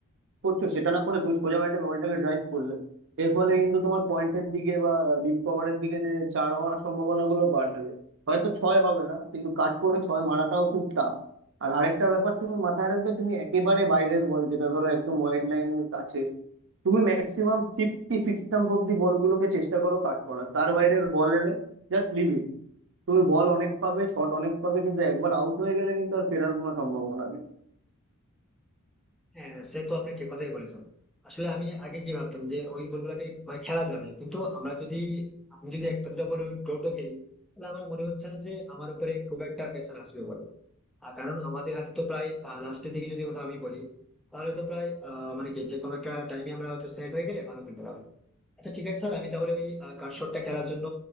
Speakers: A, on the right; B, in the centre.
A: করছো সেটা না করে তুমি সোজা ব্যাটে বলটাকে ড্রাইভ করলে এর ফলে কিন্তু তোমার পয়েন্টের দিকে বা ডিপ কভারের দিকে যে চার হওয়ার সম্ভাবনা গুলো বাড়বে হয়তো ছয় হবে না কিন্তু কাট করে ছয় মারাটাও খুব টাফ আর আরেকটা ব্যাপার তুমি মাথায় রাখবে তুমি একেবারে বাইরের বল যেটা ধরো একদম ওয়াইড লাইনের কাছে তুমি ম্যাক্সিমাম ফিফটি সিক্স স্টাম্প অব্দি বলগুলোকে চেষ্টা করো কাট করার তার বাইরের বল এলে জাস্ট লিভ ইট তুমি বল অনেক পাবে শট অনেক পাবে কিন্তু একবার আউট হয়ে গেলে কিন্তু আর ফেরার কোনো সম্ভাবনা নেই
B: হ্যাঁ সে তো আপনি ঠিক কথাই বলেছেন আসলে আমি আগে কি ভাবতাম যে ওই বলগুলাকে মানে খেলা যাবে কিন্তু আমরা যদি আমি যদি একটা দুটো বল টোটো খেলি তাহলে আমার মনে হচ্ছে না যে আমার উপরে খুব একটা প্রেশার আসবে বলে আর কারণ আমাদের হাতে তো প্রায় লাস্টের দিকে যদি কথা আমি বলি তাহলে তো প্রায় আহ, মানে কি যে কোনো একটা টাইমে আমরা হয়তো সেট হয়ে গেলে ভালো খেলতে পারবো আচ্ছা ঠিক আছে স্যার আমি তাহলে ওই কাট শটটা খেলার জন্য